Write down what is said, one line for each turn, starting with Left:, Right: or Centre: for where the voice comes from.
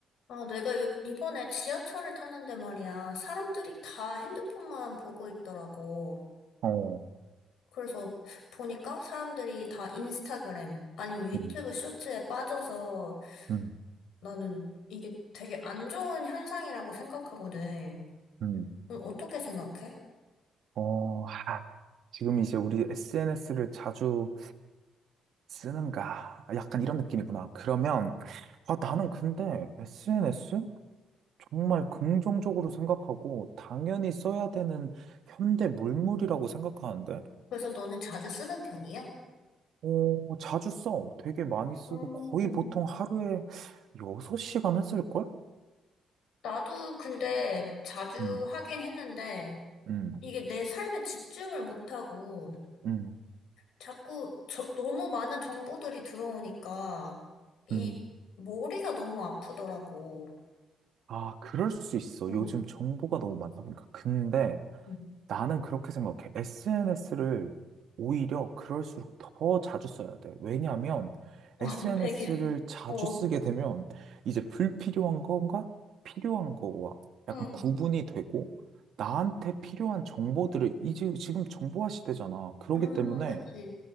Left: 아, 내가 요- 이번에 지하철을 탔는데 말이야. 사람들이 다 핸드폰만 보고 있더라고.
Right: 어,
Left: 그래서 보니까 사람들이 다 인스타그램 아니면 유튜브
Right: 음,
Left: 쇼츠에 빠져서
Right: 음,
Left: 나는 이게 되게 안 좋은 현상이라고 생각하거든.
Right: 음.
Left: 넌 어떻게 생각해?
Right: 어, 하, 지금 이제 우리 SNS를 자주 쓰는가? 약간 이런 느낌이구나. 그러면, 아, 나는 근데 SNS? 정말 긍정적으로 생각하고, 당연히 써야 되는 현대 물물이라고 생각하는데,
Left: 그래서 너는 자주 쓰는 편이야?
Right: 어, 자주 써. 되게 많이 쓰고,
Left: 음,
Right: 거의 보통 하루에 6시간은 쓸걸?
Left: 나도 근데 자주
Right: 음,
Left: 하긴 했는데
Right: 음,
Left: 이게 내 삶에 집중을 못하고
Right: 음,
Left: 자꾸 저, 너무 많은 정보들이 들어오니까 이
Right: 음.
Left: 머리가 너무 아프더라고.
Right: 아, 그럴 수 있어.
Left: 응,
Right: 요즘 정보가 너무 많다 보니까. 근데,
Left: 응.
Right: 나는 그렇게 생각해. SNS를 오히려 그럴수록 더 자주 써야 돼. 왜냐하면
Left: 어,
Right: SNS를
Left: <laughs> 되게,
Right: 자주
Left: 어,
Right: 쓰게 되면 이제 불필요한 건가 필요한 거와 약간
Left: 응,
Right: 구분이 되고 나한테 필요한 정보들을 이제 지금 정보화 시대잖아. 그렇기
Left: 음,
Right: 때문에
Left: 그치.